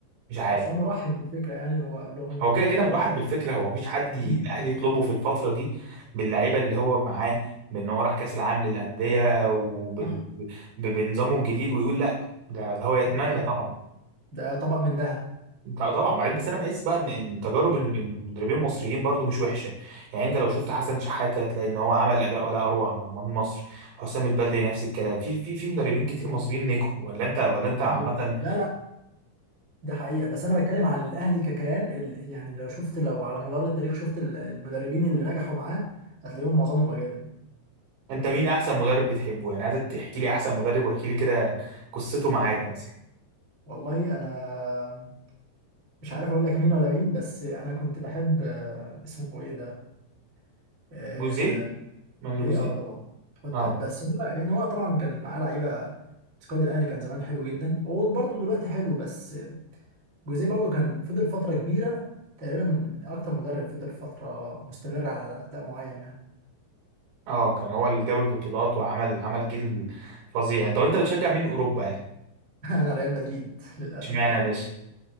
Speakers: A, on the right; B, on the right.
A: مش عارف
B: بس هو مرحب بالفكرة يعني هو قال لهم
A: هو كده
B: آه،
A: كده مرحب
B: أنا
A: بالفكره هو مفيش حد ي-
B: أكيد
A: الاهلي يطلبه في الفتره دي باللعيبه اللي هو معاه بان هو راح كاس العالم للانديه وبال...
B: صح
A: ب- بنظامه الجديد ويقول لا ده, ده هو يتمنى
B: دي حقيقة
A: طبعا
B: ده طبق من ذهب
A: ط- طبعا بعدين بس انا بحس بقى ان إن تجارب ال- المدربين المصريين برضو مش وحشه يعني انت لو شفت حسن شحاته هتلاقي ان هو عمل اداء ولا اروع مع مع مصر حسام البدري نفس الكلام في في في مدربين كتير مصريين نجحوا ولا انت ولا انت
B: دي
A: عامه
B: حقيقة لا لا ده حقيقة بس أنا بتكلم عن الأهلي ككيان ال- يعني لو شفت لو على مدار التاريخ شفت ال- المدربين اللي نجحوا معاه هتلاقيهم معظمهم أجانب
A: انت مين احسن مدرب بتحبه يعني عايزك تحكي لي احسن مدرب واحكي لي كده قصته معاك مثلا
B: والله أنا مش عارف أقول لك مين ولا مين بس أنا كنت بحب آه، اسمه إيه ده آه،
A: جوزيه مانويل
B: إيه
A: جوزيه
B: أه طبعا حط
A: اه
B: بس هو يعني هو طبعا كان معاه لعيبة سكواد الأهلي كان زمان حلو جدا وبرضه دلوقتي حلو بس جوزيه برضو كان فضل فترة كبيرة تقريبا من أكتر مدرب فضل فترة مستمرة على أداء معين يعني
A: اه كان هو اللي جاب البطولات وعمل عمل جيل فظيع انت وانت بتشجع مين اوروبا يعني
B: <laughs> أنا ريال مدريد للأسف
A: اشمعنى يا باشا